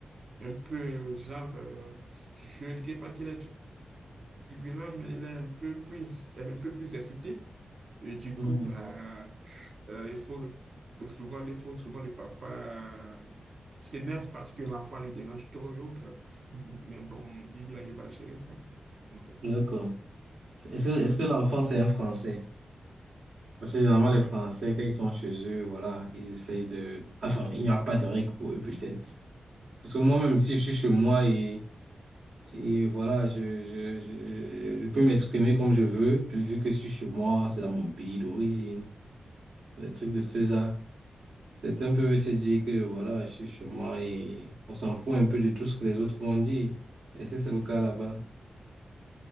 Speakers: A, on the right (about 45°); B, on the right (about 65°).
A: un peu, genre, euh, je ne dirais pas qu'il est turbulent, mais il est un peu plus, euh, un peu plus excité. Et du
B: Mhm.
A: coup, bah, euh, il faut souvent, il faut souvent le papa s'énerve parce que l'enfant lui dérange trop et autres. Mais bon, il arrive à gérer ça. Donc, c'est ça.
B: D'accord. Est-ce, que- est-ce que l'enfant, c'est un Français? Parce que généralement, les Français, quand ils sont chez eux, voilà, ils essayent de... Enfin, il n'y a pas de règles pour eux, peut-être. Parce que moi, même si je suis chez moi et... Et voilà, je, je, je, je peux m'exprimer comme je veux, puis vu que je suis chez moi, c'est dans mon pays d'origine, des trucs de ce genre. Certains peuvent se dire que voilà, je suis chez moi et on s'en fout un peu de tout ce que les autres vont dire. Et ça, c'est le cas là-bas,